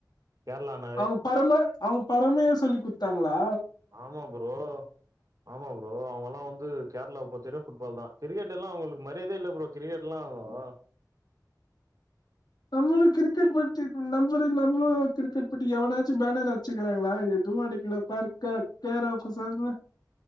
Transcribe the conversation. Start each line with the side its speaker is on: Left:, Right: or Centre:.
Right: கேரளானாவே
Left: அவங்க பரம அவங்க பரமையே சொல்லி கொடுத்தாங்களா
Right: ஆமா ப்ரோ ஆமா ப்ரோ அவங்கல்லா வந்து கேரளா பொறுத்த வரையு ஃபுட்பால் தா கிரிக்கெட் எல்லா அவங்களுக்கு மரியாதையே இல்ல ப்ரோ கிரிக்கெட் எல்லா ஆஹ்
Left: நம்மளு கிரிக்கெட் பத்தி நம்மள நம்மளு கிரிக்கெட் பத்தி எவனாச்சு பேனர் வச்சுக்கிறாங்களா எதுவு அடிக்கல பர்க்கா கேராகு பசங்க